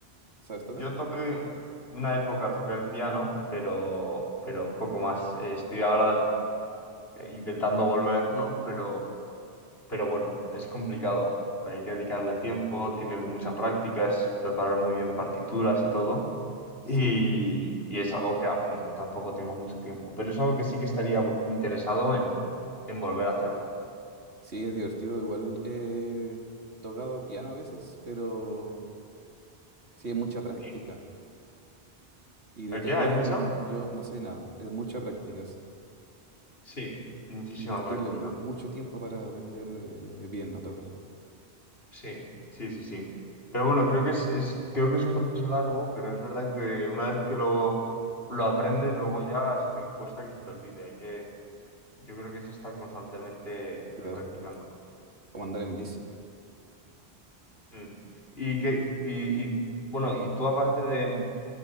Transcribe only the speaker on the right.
¿Sabes tocar?
Sí,
sí, es divertido. Igual he tocado piano a veces, pero Sí, es mucha práctica.
Y de
teoría
no, yo no sé nada. Es mucha práctica. es
Invertirle
mu- mucho tiempo para aprender eh, bien a tocar.
Claro.
Como andar en bici.